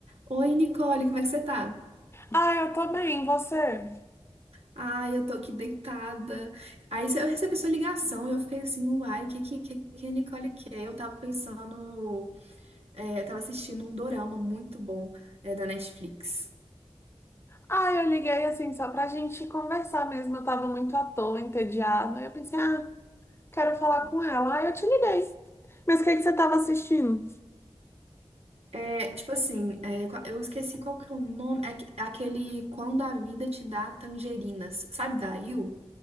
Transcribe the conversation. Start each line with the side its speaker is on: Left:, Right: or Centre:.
Right: Oi, Nicole, como é que você tá?
Left: Ah, eu tô bem, e você?
Right: Ah, eu tô aqui deitada. Aí eu recebi sua ligação e eu fiquei assim, uai, o que, que, que, que a Nicole quer? Eu tava pensando, é, eu tava assistindo um dorama muito bom, é, da Netflix.
Left: Ah, eu liguei assim só pra gente conversar mesmo. Eu tava muito à toa, entediada. Aí eu pensei, ah, quero falar com ela. Ah, eu te liguei. Mas o que que você tava assistindo?
Right: É, tipo assim, é, qua- eu esqueci qual que é o nome, é, aque- é aquele Quando a Vida Te Dá Tangerinas, sabe da IU?